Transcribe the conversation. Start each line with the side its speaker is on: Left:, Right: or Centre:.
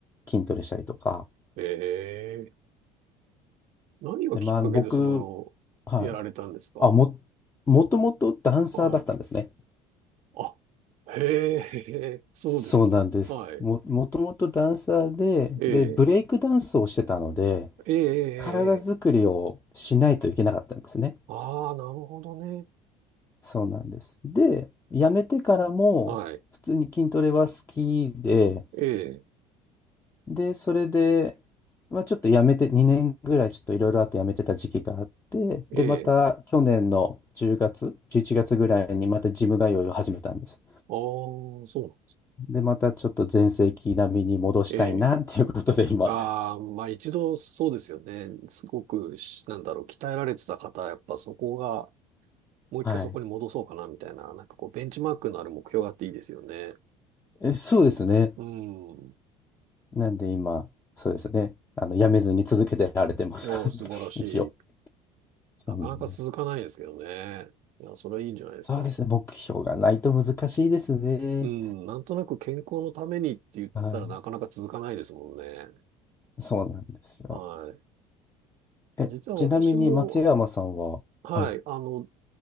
Left: 筋トレしたりとか。
Right: ええ、何がきっかけでその、
Left: で、まあ、あの僕、はい。
Right: やられたんですか
Left: あ、も、もともとダンサーだったんですね。
Right: はい。あ、へえ、へえそうです。
Left: そうなんです。
Right: はい。
Left: も、もともとダンサーで、
Right: ええ、
Left: で、ブレイクダンスをしてたので、
Right: ええ、ええ、
Left: 体作りをしないといけなかったんですね。
Right: ああー、なるほどね。
Left: そうなんです。で、辞めてからも、
Right: はい。
Left: 普通に筋トレは好きで、
Right: ええ、
Left: で、それで、まあ、ちょっとやめて、2年ぐらいちょっといろいろあってやめてた時期があって、
Right: ええ。
Left: で、また去年の10月、11月ぐらいにまたジム通いを始めたんです。
Right: ああ、そうなん
Left: で、またちょっと全盛期並みに戻したいなっていうことで今、
Right: ええ。ああ、まあ一度そうですよね。すごくし、なんだろう、鍛えられてた方は、やっぱそこが、もう一回そこに戻そうかな、
Left: はい。
Right: みたいな、なんかこう、ベンチマークのある目標があっていいですよね。
Left: え、そうですね。
Right: うん。
Left: なんで今、そうですね。あの、やめずに続けてられてます。
Right: おー素晴らしい。
Left: <laughs> 一応。そうなんです。
Right: なかなか続かないですけどね。いや、それはいいんじゃないですか。
Left: そうですね。目標がないと難しいですね。
Right: うん、なんとなく健康のためにって言ったらなかなか続かないですもんね。
Left: はい。そうなんですよ。
Right: は
Left: え、
Right: い。実は私も、
Left: ちなみに松山さんは、
Right: はい、
Left: はい
Right: あの、